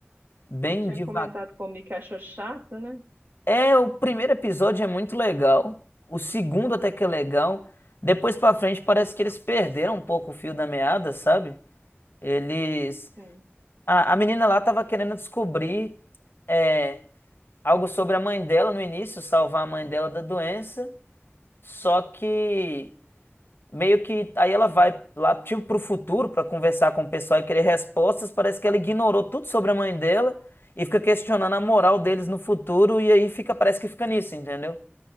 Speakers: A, on the left (about 65°); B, on the right (about 55°).
A: bem
B: você tinha
A: devagar.
B: comentado comigo que achou chato, né?
A: É, o primeiro episódio é muito legal. O segundo até que é legal. Depois pra frente parece que eles perderam um pouco o fio da meada, sabe? Eles.
B: Sim.
A: A, a menina lá tava querendo descobrir é, algo sobre a mãe dela no início, salvar a mãe dela da doença. Só que meio que aí ela vai lá tipo pro futuro pra conversar com o pessoal e querer respostas. Parece que ela ignorou tudo sobre a mãe dela e fica questionando a moral deles no futuro e aí fica parece que fica nisso, entendeu?